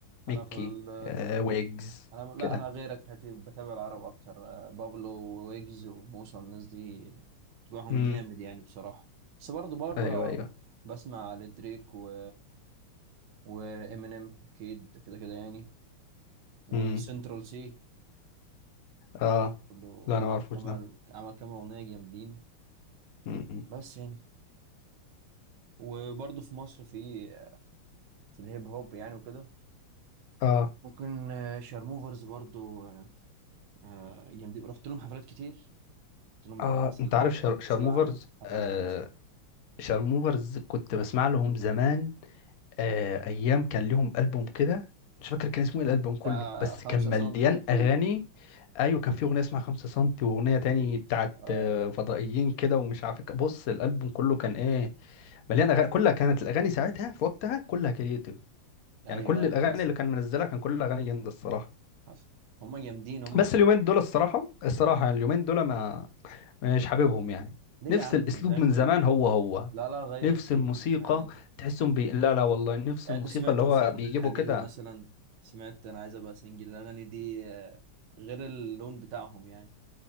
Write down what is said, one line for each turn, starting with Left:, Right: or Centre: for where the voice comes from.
Left: ميكي
Right: انا في ال...
Left: آه ويجز
Right: انا لا
Left: كده
Right: انا غيرك في الحته دي بتابع العرب اكتر آه، بابلو وويجز وموسى والناس دي بتابعهم
Left: امم
Right: جامد يعني بصراحة بس برضه بره
Left: ايوه ايوه
Right: بسمع لدريك و وامينيم اكيد كده كده يعني وسنترال
Left: امم
Right: سي
Left: اه
Right: برضه
Left: لا انا ما
Right: عم-
Left: اعرفوش
Right: عمل كمان-
Left: ده
Right: عمل كام اغنيه جامدين
Left: امم
Right: بس يعني وبرضه في مصر في في الهيب هوب يعني وكده
Left: اه
Right: ممكن آه، شارموفرز برضه آه، آه، جامدين رحت لهم حفلات كتير رحت لهم
Left: اه
Right: بتاع مثلا
Left: انت عارف شار...
Right: ست
Left: شارموفرز
Right: سبع حفلات
Left: آه
Right: مثلا
Left: شارموفرز كنت بسمع لهم زمان آه ايام كان لهم البوم كده مش فاكر كان اسمه ايه الالبوم كله
Right: بتاع
Left: بس
Right: خمسة
Left: كان مليان
Right: سنتي أكيد
Left: اغاني ايوه كان في اغنيه اسمها خمسة سنتي واغنيه تاني
Right: أكيد
Left: بتاعت
Right: آه
Left: آه، فضائيين كده ومش عارف إيه. بص الالبوم كله كان ايه مليان اغاني كلها كانت الاغاني ساعتها في وقتها كلها كرييتيف
Right: أيوه
Left: يعني كل
Right: أيوه
Left: الاغاني
Right: حسن
Left: اللي كان منزلها كان كل اغاني جامده الصراحه
Right: حسن هما جامدين هما
Left: بس
Right: في...
Left: اليومين دول الصراحه الصراحه يعني اليومين دول ما مش حاببهم يعني
Right: ليه
Left: نفس
Right: يا عم
Left: الاسلوب
Right: بيعملوا
Left: من زمان هو هو
Right: لا لا غيروا
Left: نفس
Right: كتير
Left: الموسيقى
Right: يعني
Left: تحسهم بي... لا لا والله نفس
Right: يعني
Left: الموسيقى
Right: انت سمعت
Left: اللي هو
Right: مفتقد
Left: بيجيبوا
Right: الحبيبة
Left: كده
Right: مثلا سمعت انا عايز ابقى سنجل الاغاني دي آه، غير اللون بتاعهم يعني